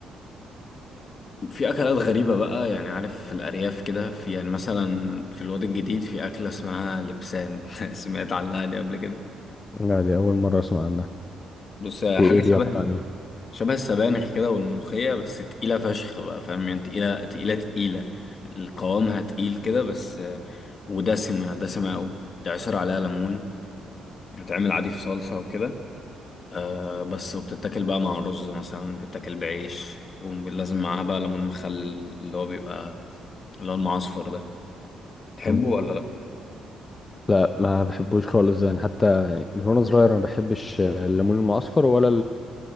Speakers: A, on the left; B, on the left.
A: في اكلات غريبه بقى يعني عارف في الارياف كده في يعني مثلا في الواد الجديد في اكله اسمها لبسان <laughs> سمعت عنها دي قبل كده
B: لا دي أول مرة أسمع عنها
A: بص هي
B: دي
A: حاجه
B: إيه دي
A: شبه
B: عبارة
A: ال-
B: عن إيه؟
A: شبه السبانخ كده والملوخيه بس تقيله فشخ بقى فاهم يعني تقيله تقيله تقيله القوامها تقيل كده بس آه، ودسمه دسمه قوي تعصر عليها ليمون هتعمل عادي في صلصه وكده أه بس وبتتاكل بقى مع رز مثلا بتتاكل بعيش ولازم معاها بقى ليمون مخلل اللي هو بيبقى اللي هو المعصفر ده تحبه
B: مم.
A: ولا لا
B: لا ما بحبوش خالص يعني حتى من وأنا صغير ما بحبش الليمون المعصفر ولا